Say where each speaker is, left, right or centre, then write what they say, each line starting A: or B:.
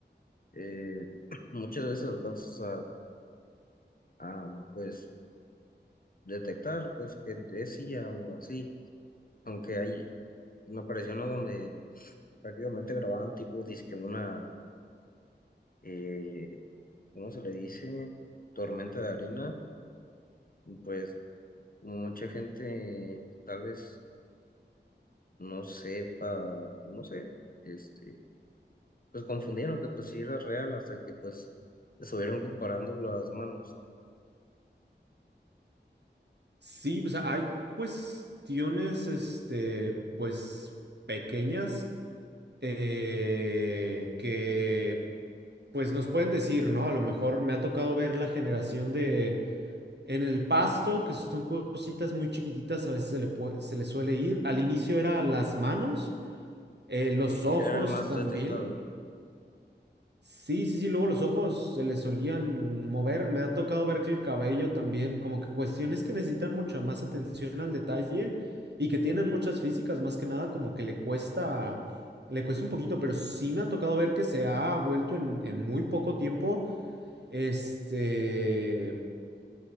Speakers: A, on the left; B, on the right.
A: eh, <clears throat> muchas veces alcanzas a, a, pues detectar pues que es IA o así, aunque hay, me apareció uno donde prácticamente grababan tipo disque una eh, ¿cómo se le dice? Tormenta de arena, pues como mucha gente tal vez no sepa, o no sé, este, pues confundieron que pues sí era real hasta que pues estuvieron comparando las manos.
B: Sí, pues hay cuestiones, este, pues pequeñas eh, que, pues nos pueden decir, ¿no? A lo mejor me ha tocado ver la generación de En el pasto, que son cositas muy chiquititas, a veces se le puede- se le suele ir. Al inicio era las manos, eh, los
A: Sí,
B: ojos
A: era el más
B: también.
A: detectado.
B: Sí, sí, sí, luego los ojos se le solían mover. Me ha tocado ver que el cabello también, como que cuestiones que necesitan mucha más atención al detalle y que tienen muchas físicas, más que nada, como que le cuesta, le cuesta un poquito, pero sí me ha tocado ver que se ha vuelto en en muy poco tiempo, este